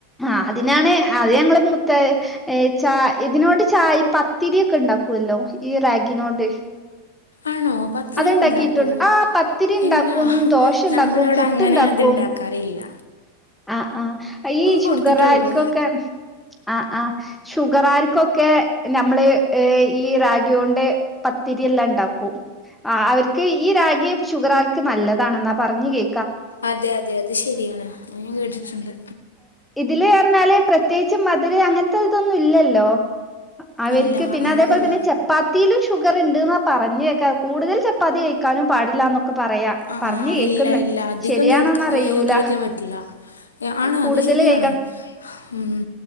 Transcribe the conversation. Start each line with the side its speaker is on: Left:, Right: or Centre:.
Centre: ആഹ് അതിനാണ് അത് ഞങ്ങള്ൾ മുത്ത ച ഇതിനോണ്ട് ചായി പത്തിരി ഓ ക്കെ ഇണ്ടാക്കുവല്ലോ ഈ റാഗിനോട്
Left: ആണോ പത്തിരി
Centre: അത്ണ്ടാക്കിയിട്ടുണ്ട്
Left: ഓക്കെ ബണ്ടാക്കോ
Centre: ആഹ് പത്തിരി ഉണ്ടാക്കും
Left: ഇല്ല
Centre: ദോശ ഉണ്ടാക്കും
Left: നമ്മളവിടെ
Centre: പുട്ടുണ്ടാക്കും
Left: അങ്ങനെ അത്ണ്ടാക്കാറില്ല
Centre: ആഹ് ആഹ് ഈ ഷുഗറാർക്കെക്കെ
Left: കൊടുത്തിട്ടുള്ളൂ
Centre: ആഹ് ആഹ് ഷുഗറാർക്കൊക്കെ നമ്മള് ഈ റഗികൊണ്ട് പത്തിരിയെല്ലാം ഇണ്ടാക്കും ആഹ് അവർക്ക് ഈ രാഗിയെ ഷുഗരാർക്ക് നല്ലതാണെന്നാ പറഞ്ഞഞ് കേ
Left: അതെ അതെ അതെ ശരിയാണ് കേട്ടിട്ട്ണ്ട്
Centre: തില് ർഞ്ഞാല് പ്രത്യേകിച്ച് മധുര അങ്ങനത്തെതൊന്നും ഇല്ലല്ലോ അവർക്ക്
Left: ഇല്ല
Centre: പിന്നെ
Left: അത്
Centre: അതേപോലെ
Left: ഇല്ല
Centre: തന്നെ ചപ്പാത്തിയിലും ഷുഗർ ണ്ട് ണ്ട് ന്നാ പറഞ്ഞേക്കാ കൂടുതൽ ചപ്പാത്തി കയ്ക്കാനും പാടില്ലാന്നൊ ക്കെ പറയാ
Left: ആ
Centre: പർഞ്
Left: ആ,
Centre: കേക്ക്ന്ന്
Left: ഇല്ല ഇല്ല അധികം
Centre: ശെരിയാണോന്നറിയൂല
Left: കേൾക്കാ ഏ, കഴിക്കാൻ പറ്റില്ല ഏ, ആണ്
Centre: കൂടുതല്
Left: അത് ശരിയാണ്
Centre: കഴിക്കാ
Left: ഉം